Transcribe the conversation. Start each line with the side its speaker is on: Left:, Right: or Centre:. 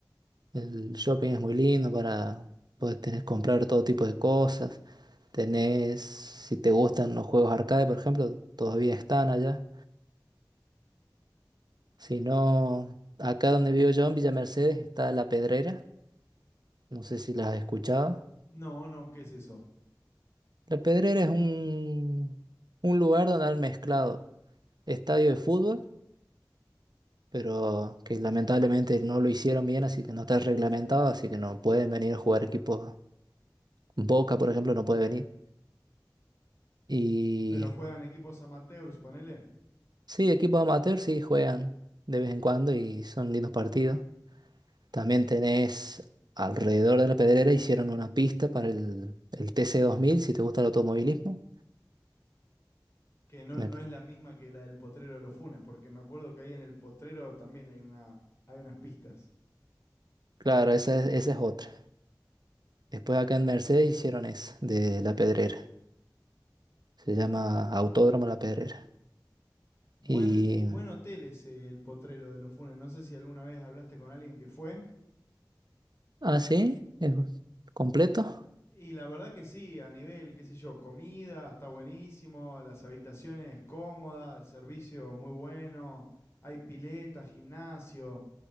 Right: El shopping es muy lindo para poder tener, comprar todo tipo de cosas. Tenés, si te gustan los juegos arcade, por ejemplo, todavía están allá. Si no, acá donde vivo yo, en Villa Mercedes, está La Pedrera. No sé si las has escuchado.
Left: No, no, ¿qué es eso?
Right: La Pedrera es un, un lugar donde han mezclado. estadio de fútbol, pero que lamentablemente no lo hicieron bien, así que no está reglamentado, así que no pueden venir a jugar equipos. Boca, por ejemplo, no puede venir. Y
Left: Pero juegan equipos amateurs, ponele.
Right: sí, equipos amateur sí juegan de vez en cuando y son lindos partidos. También tenés alrededor de la Pedrera hicieron una pista para el, el T C dos mil, si te gusta el automovilismo.
Left: que no,
Right: Me-
Left: no es la misma que la del potrero de los Funes, porque me acuerdo que ahí en el potrero también hay una, hay unas pistas.
Right: claro, esa es, esa es otra. Después acá en Mercedes hicieron esa de la Pedrera. Se llama Autódromo La Pedrera.
Left: Buen,
Right: Y
Left: buen hotel es el potrero de los Funes. No sé si alguna vez hablaste con alguien que fue.
Right: Ah, sí, es completo.
Left: Y la verdad que sí, a nivel, qué sé yo, comida, está buenísimo, las habitaciones cómodas, el servicio muy bueno, hay pileta, gimnasio,